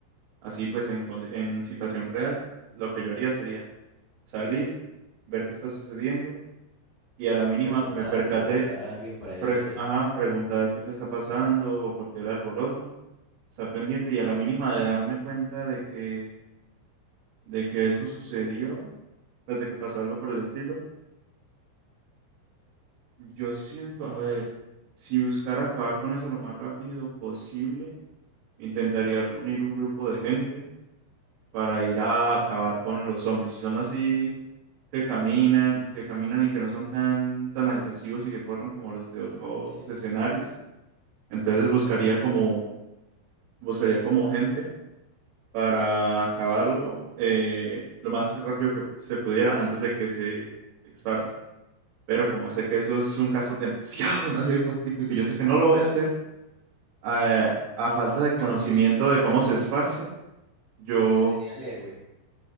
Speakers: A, on the right; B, on the left.
A: Así pues, en, condi- en situación real, lo que yo haría sería salir, ver qué está sucediendo y a la mínima
B: Preguntar,
A: que me percate,
B: preguntar a alguien por ahí
A: pre-
B: que,
A: ajá, preguntar qué, qué está pasando o por qué el alboroto, estar pendiente y a la mínima de darme cuenta de que, de que eso sucedió, pues de que pasó algo por el estilo. Yo siento, a ver, si buscara acabar con eso lo más rápido posible, intentaría reunir un grupo de gente para ir a acabar con los zombies. Si son así, que caminan, que caminan y que no son tan, tan agresivos y que corren como los de otros
B: sí.
A: escenarios, entonces buscaría como, buscaría como gente para acabarlo eh, lo más rápido que pu- se pudiera antes de que se esparza. Pero como sé que eso es un caso demasiado, demasiado hipotético y que yo sé que no lo voy a hacer, eh, a falta de
B: Mejor
A: conocimiento
B: dicho, usted, usted,
A: de cómo se esparce, yo
B: usted sería el héroe.